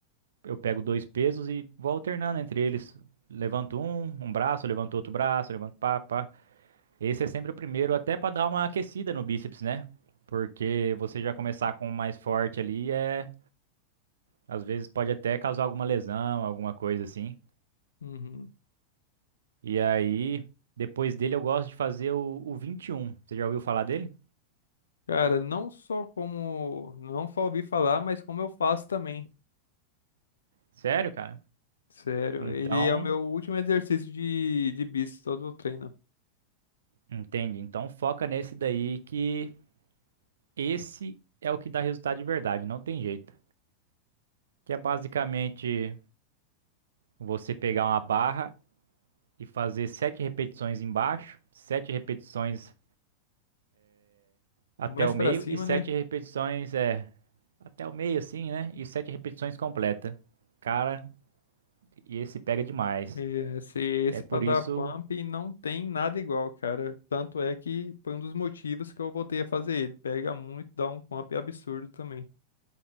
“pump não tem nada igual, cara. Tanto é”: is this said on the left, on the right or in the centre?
Left